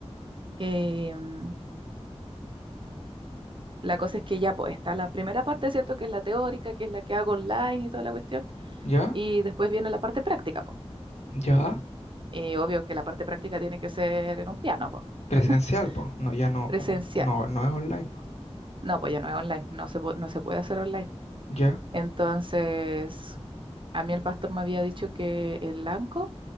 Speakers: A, on the right; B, on the left.
A: Em, la cosa es que ya pues, está la primera parte, ¿cierto? Que es la teórica, que es la que hago online y toda la cuestión.
B: Ya,
A: Y después viene la parte práctica, pues.
B: ya.
A: Y obvio que la parte práctica tiene que ser en un piano, pues.
B: Presencial,
A: <laughs>
B: pues. No, ya no,
A: presencial.
B: como, no, no es online, pues.
A: No, pues ya no es online, no se, pu- no se puede hacer online.
B: Ya,
A: Entonces, a mí el pastor me había dicho que el blanco,